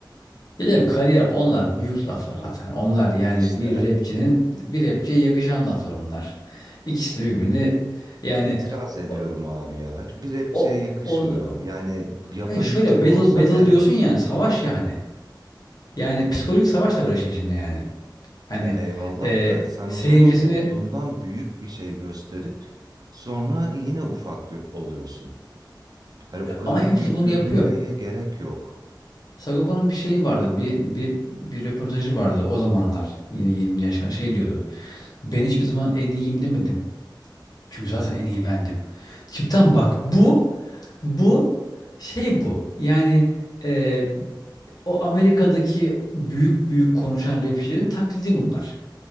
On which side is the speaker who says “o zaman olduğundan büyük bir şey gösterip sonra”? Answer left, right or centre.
Right